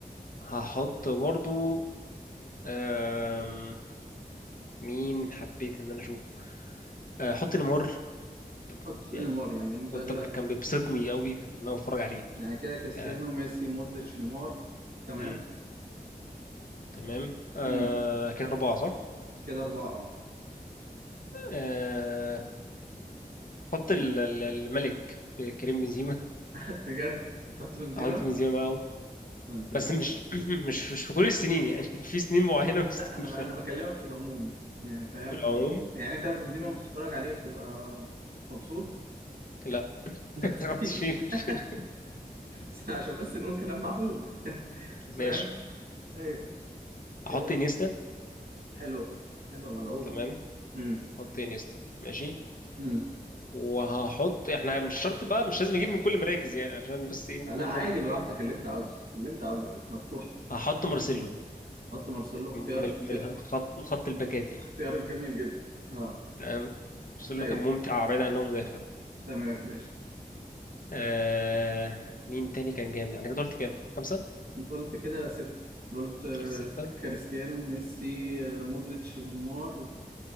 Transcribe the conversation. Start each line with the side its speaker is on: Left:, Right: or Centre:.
Left: هحط برضو أم... مين حبيت ان انا اشوفه أه، هحط نيمار كنت ب-
Right: حط نيمار
Left: يعني
Right: يعني أنت
Left: كنت
Right: دلوقتي
Left: ب- كان بيبسطني قوي في ان انا اتفرج عليه
Right: يعني كده كريستيانو
Left: ك...
Right: ميسي مودريتش نيمار تمام
Left: مم. تمام أه...
Right: مم.
Left: كده أربعة صح
Right: كده أربعة أه
Left: أه... حط
Right: مم.
Left: ال- ال- الملك كريم بنزيما
Right: <laughs> بجد هتحط
Left: <laughs>
Right: بنزيما
Left: احط بنزيما
Right: ده أنت
Left: بس مش <clears throat> مش مش في كل السنين يعني <laughs> في سنين معينة وسنين
Right: لا انا ب... انا
Left: لا
Right: بكلمك في العموم يعني فاهم
Left: في العموم
Right: يعني انت بنزيما لما بتتفرج عليه بتبقى مبسوط
Left: لا
Right: <laughs>
Left: <laughs> خلاص
Right: طيب
Left: شيل شيل
Right: <laughs> بس عشان بس نقول كلام معقول
Left: ماشي
Right: فاهم ايوه كده
Left: هحط انيستا
Right: حلوه حلوه ملعوبه
Left: تمام
Right: امم
Left: هحط انيستا ماشي
Right: امم
Left: وهحط احنا مش شرط بقى مش لازم اجيب من كل مراكز يعني عشان بس ايه نكون
Right: لا عادي
Left: برضو
Right: براحتك
Left: ايه
Right: اللي انت عاوزه اللي انت عاوزه يا باشا. مفتوح
Left: هحط مارسيلو
Right: حط مارسيلو اختيار
Left: من
Right: اختيار
Left: من الخط من خط الباكات يعني
Right: اختيار جميل جدا اه
Left: تمام مارسيلو
Right: ايوه
Left: كان ممتع بعيد عن ان هو مدافع
Right: تمام ماشي
Left: آه... مين تاني كان جامد يعني كده قلت كام خمسة
Right: انت قلت كده ستة قلت آه،
Left: قلت ستة
Right: كريستيانو ميسي آه، مودريتش ونيمار